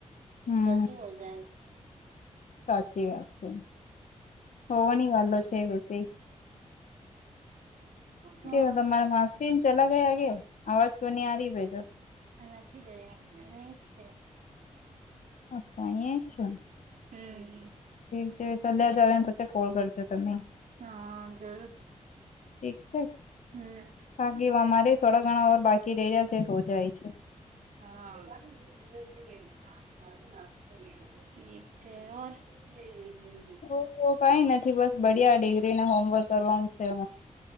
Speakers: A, on the left; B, on the right.
A: હમ.
B: જલ્દી હો જાય
A: સાચી વાત છે હોવાની વાતો છે વિશે
B: હમ
A: કે તમારા માસીને ચલા ગયા કે અવાજ કોની આરી ભાઈ
B: નથી ગયા અહી જ છે
A: અચ્છા અહીંયા છે
B: હમ્મ.
A: ઠીક છે ચલ્યા જ આવે ને પછી કોલ કરજો તમે
B: હા જરૂર
A: ઠીક છે
B: હમ
A: બાકી અમારે થોડા ઘણા ઓર બાકી રે રહ્યા છે હો જાય છે
B: હા <unintelligible> છે ઓર <unintelligible>
A: ઓ તો કઈ નથી બસ બડિયા ડિગ્રીને હોમવર્ક કરવાનું છે